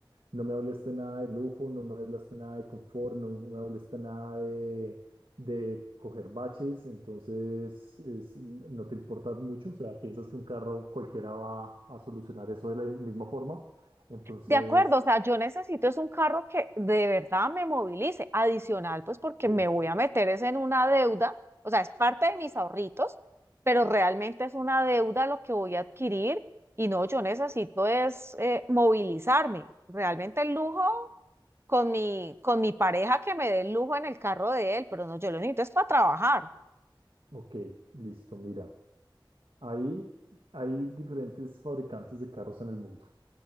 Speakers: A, on the right; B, on the right.
A: No me hablaste nada de lujo, no me hablaste nada de confort, no me hablaste nada de, de coger baches. Entonces, es- no te importa mucho. O sea, piensas que un carro cualquiera va a solucionar eso de la misma forma. Entonces...
B: De acuerdo, o sea, yo necesito es un carro que de verdad me movilice, adicional, pues porque
A: Sí.
B: me voy a meter es en una deuda, o sea, es parte de mis ahorritos, pero realmente es una deuda lo que voy a adquirir y no, yo necesito es eh, movilizarme. Realmente el lujo con mi, con mi pareja que me dé el lujo en el carro de él, pero no, yo lo necesito es para trabajar,
A: Ok, listo, mira. Ahí hay diferentes fabricantes de carros en el mundo.